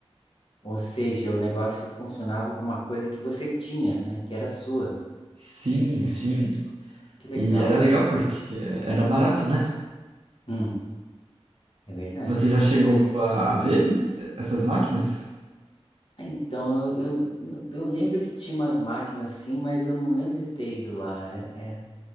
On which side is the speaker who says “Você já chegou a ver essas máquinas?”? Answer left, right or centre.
Right